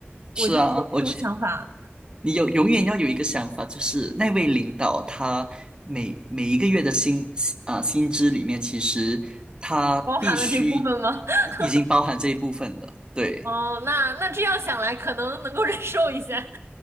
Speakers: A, on the right; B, on the right.
A: 是啊，
B: 我就有这种想法，
A: 我你有永远要有一个想法，就是那位领导他每每一个月的薪啊薪资里面，其实他必须已已经包含这一部分了。
B: 包含了这部分吗？<laughs>
A: 对，
B: 哦，那那这样想来，可能能够忍受一下。